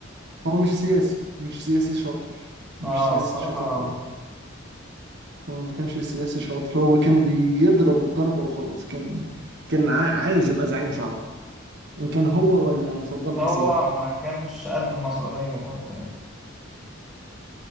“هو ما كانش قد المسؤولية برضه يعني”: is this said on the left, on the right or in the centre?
Centre